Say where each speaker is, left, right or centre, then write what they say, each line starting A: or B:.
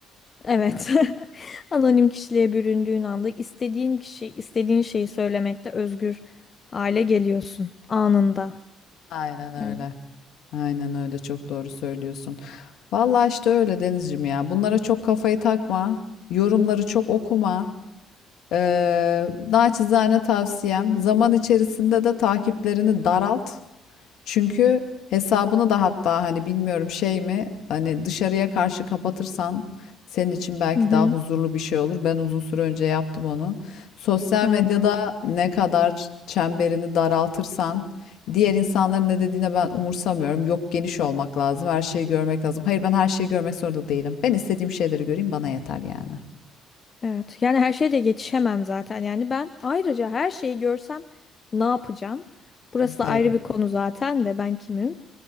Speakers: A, on the left; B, on the left.
A: Evet. <laughs> Anonim kişiliğe büründüğün anda istediğin kişi, istediğin şeyi söylemekte özgür hale geliyorsun anında.
B: Aynen öyle.
A: Yani.
B: Aynen öyle çok doğru söylüyorsun. Vallahi işte öyle Denizciğim ya. Bunlara çok kafayı takma. Yorumları çok okuma. Ee, naçizane tavsiyem zaman içerisinde de takiplerini daralt. Çünkü hesabını da hatta hani bilmiyorum şey mi hani dışarıya karşı kapatırsan senin için belki
A: Hı hı.
B: daha huzurlu bir şey olur. Ben uzun süre önce yaptım onu. Sosyal
A: Aynen.
B: medyada ne kadar çemberini daraltırsan diğer insanların ne dediğine ben umursamıyorum. Yok geniş olmak lazım, her şeyi görmek lazım. Hayır ben her şeyi görmek zorunda değilim. Ben istediğim şeyleri göreyim bana yeter yani.
A: Evet. Yani her şeye de yetişemem zaten. Yani ben ayrıca her şeyi görsem ne yapacağım? Burası da
B: Gerek
A: ayrı
B: yok.
A: bir konu zaten de ben kimim?